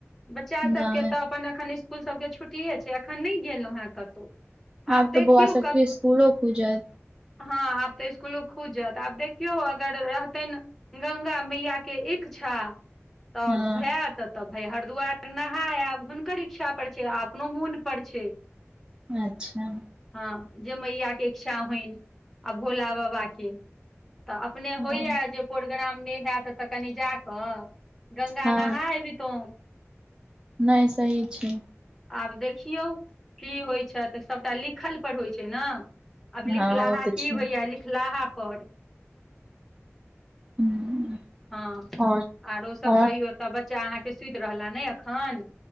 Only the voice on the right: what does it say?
नहि
आब
तऽ बौआ सब
के स्कूलो खुजत
हँ
अच्छा
हँ
हँ
नहि सही छै
हँ ओ त
छै
हूँ
और
और